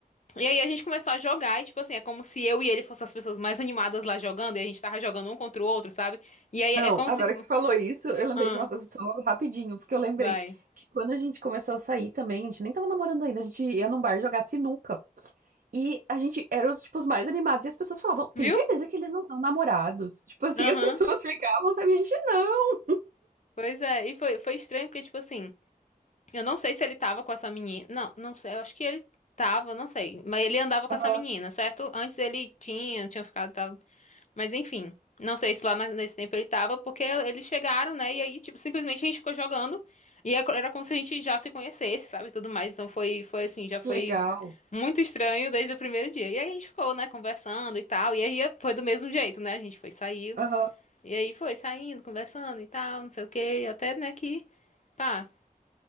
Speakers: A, on the left (about 55°); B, on the right (about 70°).
A: E aí a gente começou a jogar e, tipo assim, é como se eu e ele fossem as pessoas mais animadas lá jogando e a gente tava jogando um contra o outro, sabe? E aí é
B: Não,
A: como
B: agora
A: se. fo-
B: que tu falou isso, eu lembrei
A: Ah,
B: de uma coisa só rapidinho, porque eu lembrei
A: vai.
B: que quando a gente começou a sair também, a gente nem tava namorando ainda, a gente ia num bar jogar sinuca. E a gente era os, tipo, os mais animados. E as pessoas falavam, tem
A: Viu?
B: certeza que eles não são namorados? Tipo assim,
A: Aham.
B: as <laughs> pessoas ficavam, sabe? E a gente não.
A: Pois é. E foi, foi estranho porque, tipo assim. Eu não sei se ele tava com essa menina. Não, não sei. Eu acho que ele tava, não sei. Mas ele andava com
B: Aham.
A: essa menina, certo? Antes ele tinha, tinha ficado, tava... Mas enfim, não sei se lá na- nesse tempo ele tava, porque eles chegaram, né? E aí, tipo, simplesmente a gente ficou jogando. E é co- era como se a gente já se conhecesse, sabe? Tudo mais. Então foi, foi assim, já foi
B: Que legal.
A: muito estranho desde o primeiro dia. E aí a gente ficou, né, conversando e tal. E aí foi do mesmo jeito, né? A gente foi, saiu.
B: Aham.
A: E aí foi saindo, conversando e tal, não sei o quê. Até, né, que. Pá.